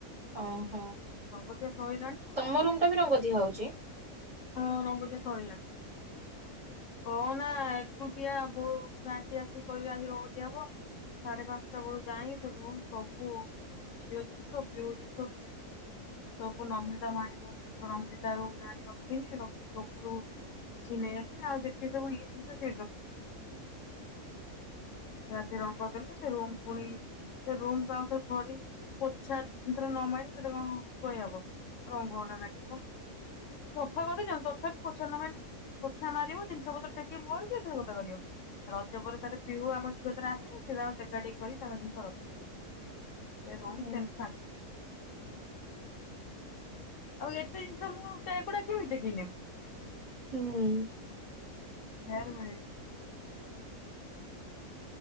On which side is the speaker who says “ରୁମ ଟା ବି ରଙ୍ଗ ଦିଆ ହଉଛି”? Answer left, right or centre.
Right